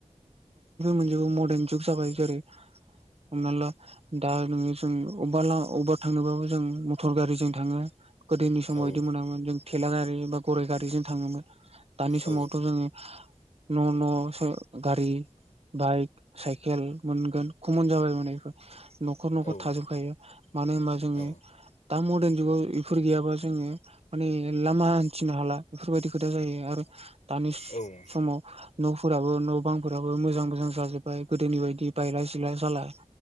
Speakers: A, on the right; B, on the left.
A: मोनजोबो मदार्न जुग जाबाय जेरै हमना ला दा नोङो जों अबबा ला अबबा थांनोबाबो जों मटर गारि‌ जों थाङो गोदोनि समाव
B: औ
A: इदि मोनामोन जों थेलागारि बा गराय गारिजों थाङोमोन। दानि समावथ'
B: औ
A: जोङो न'-नसो गारि बाइक साइकेल मोनगोन खमन जाबाय माने इफोर न'खर-न'खर
B: औ
A: थाजोबखायो मानोहोनबा जोङो
B: औ
A: दा मदान जुगाव बेफोर गैयाबा जोङो माने लामा हान्थिनो हाला बेफोरबायदि खोथा जायो आरो दानि स-समाव
B: औ उम
A: न' फोराबो नबांफोराबो मोजां-मोजां जाजोबबाय गोदोनि बायदि बायलाय सिला जाला